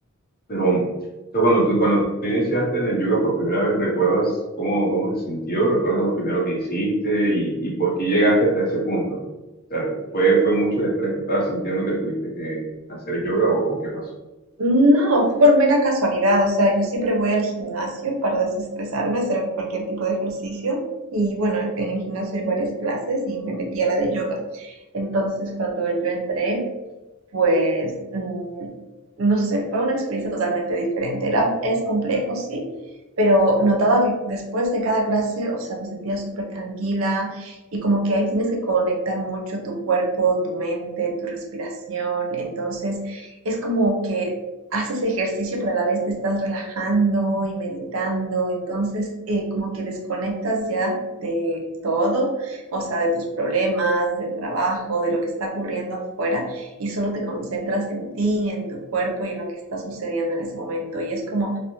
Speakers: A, on the left (about 45°); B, on the right (about 70°).
A: Pero, o sea, cuando tú, cuando tú iniciaste en el yoga por primera vez, ¿recuerdas cómo, cómo se sintió? ¿Recuerdas lo primero que hiciste y, y por qué llegaste hasta ese punto? O sea, ¿fue, fue mucho el estrés que estabas sintiendo que tuviste que hacer yoga o, o qué pasó?
B: No, fue por mera casualidad, o sea, yo siempre voy al gimnasio para desestresarme, hacer cualquier tipo de ejercicio y bueno, en el gimnasio hay varias clases y me metí a la de yoga. Entonces, cuando yo entré, pues, mm, no sé, fue una experiencia totalmente diferente. Era, es complejo, sí, pero notaba que después de cada clase, o sea, me sentía súper tranquila y como que ahí tienes que conectar mucho tu cuerpo, tu mente, tu respiración. Entonces, es como que haces ejercicio, pero a la vez te estás relajando y meditando. Entonces, eh, como que desconectas ya de todo, o sea, de tus problemas, del trabajo, de lo que está ocurriendo afuera y solo te concentras en ti, en tu cuerpo y en lo que está sucediendo en ese momento. Y es como